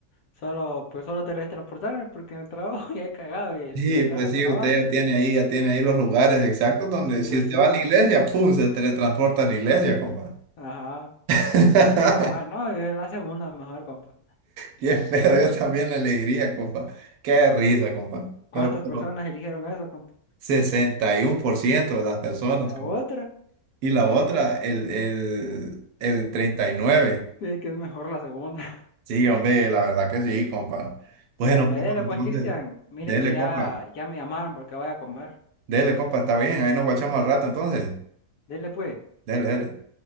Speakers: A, on the left; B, on the right.
A: solo, pues solo teletransportarme, porque en el trabajo <laughs> ya he cagado, y
B: Sí,
A: de la casa
B: pues
A: al
B: sí,
A: trabajo,
B: usted ya tiene ahí, ya tiene ahí los lugares exactos donde si
A: pues
B: usted
A: sí
B: va
A: va.
B: a la iglesia, ¡pum! se teletransporta a la iglesia, compa.
A: Ajá.
B: <laughs>
A: Cabal, no, yo la segunda mejor, compa.
B: Qué feo, yo también le alegría, compa. Qué risa, compa.
A: ¿Cuántas
B: Pero pero
A: personas eligieron eso, compa?
B: sesenta y uno por ciento de las personas,
A: La
B: compa.
A: otra,
B: Y la otra, el, el, el 39%.
A: es que es mejor la segunda.
B: Sí, hombre, la verdad que sí, compa.
A: <laughs>
B: Bueno,
A: Dígame,
B: compa,
A: dele
B: entonces,
A: pues, Cristian, mire
B: dele,
A: que ya,
B: compa.
A: ya me llamaron porque voy a comer.
B: Dele, compa, está bien. Ahí nos guachamos al rato, entonces.
A: Dele pues.
B: Dele, dele.